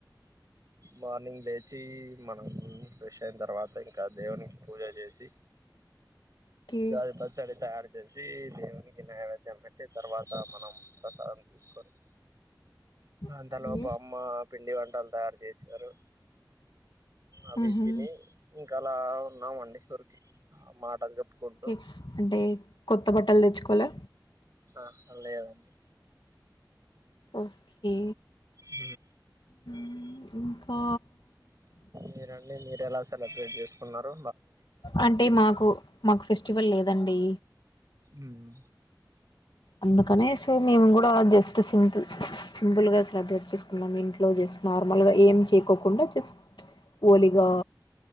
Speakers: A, on the right; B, on the left.
A: మార్నింగ్ లేచి మనం హామ్ ఫ్రెష్ అయిన తర్వాత ఇంకా దేవునికి పూజ చేసి
B: ఓకే.
A: ఉగాది పచ్చడి తయారీ తెల్సి దేవునికి నైవేద్యం పెట్టి తర్వాత మనం ప్రసాదం తీసుకొని <inaudible> అంతలో
B: ఓకే.
A: అమ్మ పిండి వంటలు తయారు చేశారు అవి
B: హుహు.
A: తిని ఇంకా అలా ఉన్నామండి ఊరికి మాటలు చెప్పుకుంటూ
B: ఓకే. అంటే కొత్త బట్టలు తెచ్చుకోవలే
A: ఆ లేదండి
B: ఓకే
A: హ
B: హ్మ్. ఇంకా
A: మీరన్నీ మీరు ఎలా సెలబ్రేట్ చేసు ఉన్నారు
B: అంటే మాకు మాకు ఫెస్టివల్ లేదండి
A: మ్మ్
B: అందుకనే సో మేము కూడా జస్ట్ సింపుల్ సింపుల్గా సెలబ్రేట్ చేసుకున్నాం ఇంట్లో జస్ట్ నార్మల్గా ఏం చేయకోకుండా జస్ట్ ఓలిగా